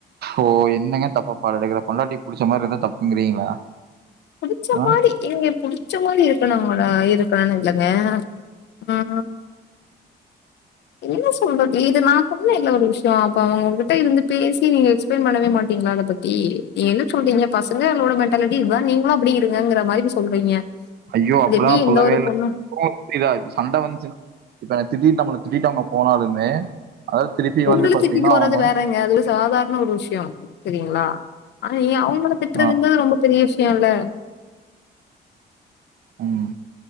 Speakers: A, on the right; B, on the left.
A: ஓ என்னங்க தப்பாப்பாடோ எடுக்குற பொண்டாட்டிக்கு புடிச்ச மாதிரி இருந்தா தப்புங்கிறீங்களா
B: புடிச்ச
A: ஆ
B: மாரி எங்க புடிச்ச மாரி இருக்கனு இருக்கனுன்னு இல்லங்க ஆ என்ன சொல்றது இது நா சொன்னேல ஒரு விஷயோ அப்ப அவங்ககிட்ட இருந்து பேசி நீங்க எக்ஸ்பிளைன் பண்ணவே மாட்டீங்களா அத பத்தி ஏ என்ன சொல்றீங்க பசங்க அவங்க மென்ண்டாலிட்டி இதுதா நீங்களு அப்டி இருங்க மாரி இப்ப சொல்றீங்க
A: ஐயோ
B: அது
A: அப்பல்லா
B: எப்படி
A: நா சொல்லவே
B: எந்த ஒரு
A: இல்ல
B: பொண்ணும்
A: ப்ரோ புரியுதா இப்ப சண்ட வஞ்சுன்னா இப்ப என்ன திட்டிட்டு நம்மள திட்டிட்டு அவங்க போனாலுமே அதாவது திருப்பி
B: உங்கள
A: வந்து பாத்தீங்கன்னா
B: திட்டி போறது
A: அவங்க வந்து
B: வேறங்க அது ஒரு சாதாரண ஒரு விஷயோ சியோ சரிங்களா ஆனா நீ அவங்கள திற்றதுங்கது
A: ஆ
B: ரொம்ப பெரிய விஷயோ இல்ல
A: உம்